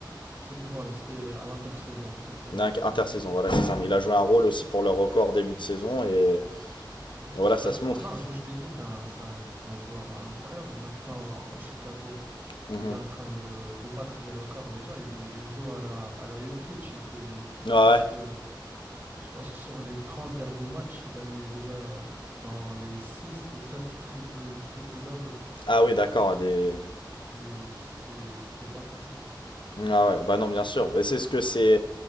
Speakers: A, on the right; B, on the left.
A: C'était, voilà, c'était à l'intersaison, cette saison,
B: Non,
A: au
B: Intersaison,
A: début.
B: voilà,
A: euh, genre,
B: c'est ça. Mais il a joué un rôle aussi pour le record début de saison et, et voilà,
A: Exactement.
B: ça se montre.
A: Non, Josh Giddey, c'est un, c'est un- un joueur incroyable. Maintenant, au Chicago,
B: Mhm.
A: il est en train de, de battre des records déjà. Il, il joue à la, à la Jokic. Il fait des,
B: Ah
A: je pense
B: ouais.
A: que, je pense que sur les 30 derniers matchs, il a eu déjà dans les 6 ou 7 triple, triple-double,
B: Ah oui, d'accord. Des...
A: Et ce qui est, ce qui est pas facile.
B: Ah ouais, bah non, bien sûr. Mais c'est ce que c'est.